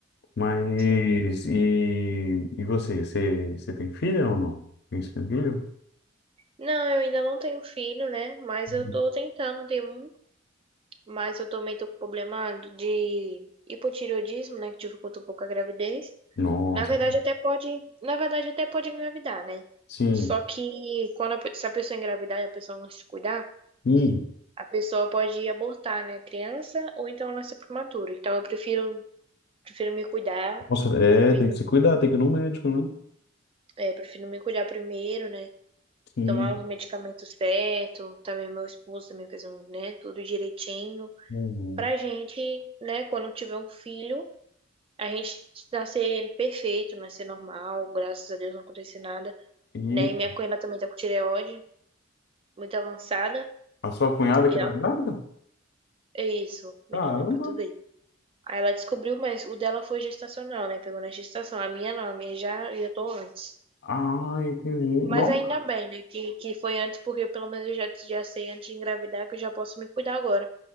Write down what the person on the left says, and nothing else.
Mas
e, e você? Você, você tem filha ou não? Você tem filho?
Uhum.
Nossa,
sim.
Hum.
Nossa, é,
tem que se cuidar, tem que ir no médico, né?
Sim.
Uhum.
E
a sua cunhada
que
tá grávida?
Caramba!
Ah, entendi.
Nossa!